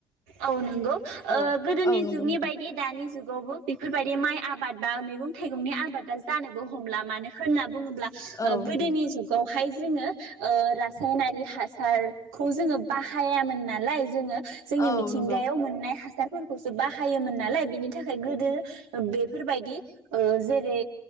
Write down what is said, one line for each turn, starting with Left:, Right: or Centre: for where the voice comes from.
Right: औ नंगौ ओ
Left: औ
Right: गोदोनि
Left: औ नंगौ
Right: जुगनि
Left: नोंथां
Right: बायदि दानि जुग गावबो बेफोरबायदि माइ आबाद बा मैगं-थाइगंनि आबादा जानोबो हमला मानो होनो बुङोब्ला ओ
Left: औ
Right: गोदोनि
Left: नंगौ
Right: जुगाव हाय जोङो ओ रासायनारि हासारखौ जोङो बाहायामोन नालाय जोङो जोंनि
Left: औ
Right: मि थिंगायाव
Left: नंगौ
Right: मोननाय हा सारफोरखौसो बाहायोमोन नालाय बिनि थाखाय गोदो बेफोरबायदि ओ जेरै